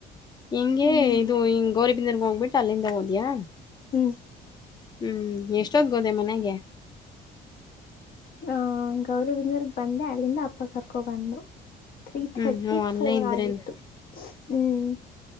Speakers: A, on the left; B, on the left.
A: ಹಿಂಂಗಗೆ
B: ಹ್ಮ್
A: ಇದು ಹ ಗೌರಿಬ ರ್ಗ ಹೋಗ್ಬಿಟ್ಟು ಅಲ್ಲಿಂದ ಹಓದಯಾ
B: ಹ್ಮ್
A: ಹ್ಮ್ ಎಷ್ಟೊತ್ ಗೋದೆ ಮನೆಗೆ
B: ಹ ಗೌರಿ ಬಂದರ್ಗ್ ಬಂದೆ ಅಲ್ಲಿಂದ ಅಪ್ಪ ಕರ್ಕೊ ಬಂದು ತ್ರೀ
A: ಹ್ಮ್
B: ಥರ್ಟಿ
A: ಹ್ಞೂ ಅಲ್ಲೇ
B: ಫೋರ್
A: ಇದ್ರೇನು
B: ಆಗಿತ್ತು ಹ್ಮ್